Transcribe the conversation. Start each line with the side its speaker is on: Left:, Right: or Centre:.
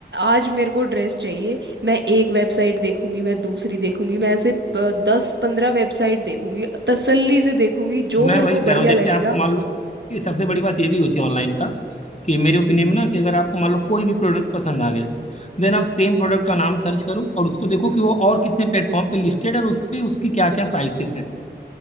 Right: आज मेरे को ड्रेस चाहिए मैं एक वेबसाइट देखूंगी मैं दूसरी देखूंगी मैं ऐसे प- दस पंद्रह वेबसाइट देखूंगी तसल्ली से देखूंगी
Left: मैं
Right: जो
Left: वही
Right: मेरे को
Left: कह रहा
Right: बढ़िया
Left: हूँ जैसे
Right: लगेगा
Left: आपको मान लो ये सबसे बड़ी बात ये भी होती है ऑनलाइन का कि मेरे ओपिनियन में ना कि अगर आपको मान लो कोई भी प्रोडक्ट पसंद आ गया देन आप सेम प्रोडक्ट का नाम सर्च करो और उसको देखो कि वो और कितने प्लेटफॉर्म पे लिस्टेड है और उस पे उसकी क्या क्या प्राइसेस हैं